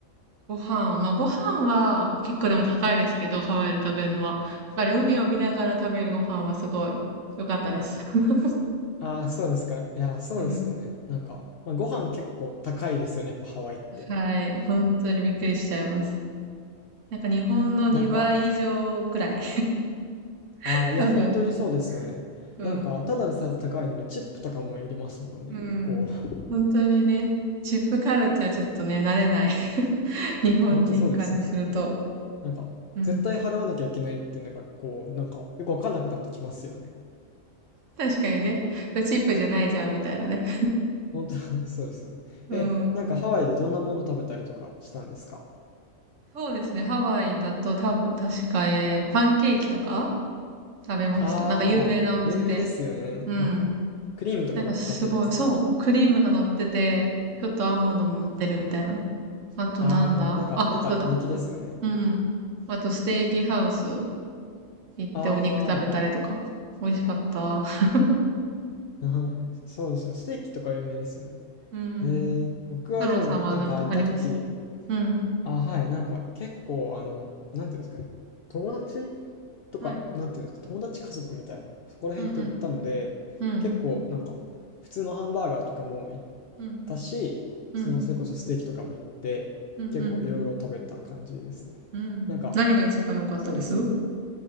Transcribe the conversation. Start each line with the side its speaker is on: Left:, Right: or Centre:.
Right: ご飯、まあご飯は結構でも高いですけど、ハワイで食べるのは。やっぱり海を見ながら食べるご飯はすごい良かったです。<laughs>
Left: ああ、そうですか。いや、そうですよね。
Right: うん。
Left: なんか、まあ、ご飯結構高いですよね。やっぱハワイって。
Right: はい。本当にびっくりしちゃいます。なんか日本の2倍以上くらい。
Left: なんか、
Right: <laughs>
Left: ああ、いや、
Right: 多分。
Left: 本当にそうですよね。
Right: うん。
Left: なんか、ただでさえ高いのに、チップとかもいりますもんね。
Right: うん。
Left: こう、
Right: 本当にね、チップカルチャーちょっとね、慣れない。<laughs> 日本人からすると。
Left: <laughs> 本当そうですよね。なんか、
Right: うん。
Left: 絶対払わなきゃいけないっていうのが、こう、なんか、よくわかんなくなってきますよね。
Right: 確かにね、チップじゃないじゃんみたいなね。
Left: 本当 <laughs> そうですよね。
Right: うん。
Left: え、なんかハワイでどんなもの食べたりとかしたんですか
Right: そうですね。ハワイだと多分、確か、えーパンケーキとか食べました。
Left: ああ、
Right: なんか有名なお店で。
Left: 有名ですよね。
Right: うん。
Left: なんか、クリームとか乗っかってるやつですか
Right: なんかすごい、そう、クリームが乗ってて、ちょっとアーモンドも乗ってるみたいな。あとなんだあ、
Left: ああ、なんか、なんか人気ですよね。
Right: そうだ。うんうん。あとステーキハウス行ってお肉食べたりとか。
Left: ああ、
Right: 美味しかった。<laughs>
Left: <laughs> そうですよ。ステーキとか有名ですよね。
Right: うん。
Left: ええ、僕はでも、
Right: 太郎さんはなんかあります
Left: なんか行った時、
Right: うん。
Left: あ、はい、なんか結構あの、なんていうんですかね、友達とか、
Right: はい。
Left: なんていうんですか、友達家族みたいな、そこら辺と行ったので、
Right: うんうん。うん。
Left: 結構なんか、普通のハンバーガーとかも行っ
Right: うん。
Left: たし、
Right: うん。
Left: その、それこそステーキとかも行って、
Right: うんうん。
Left: 結構いろいろ食べた感じですね。
Right: うん。
Left: なんか、
Right: 何が一番良かったです
Left: そうですね。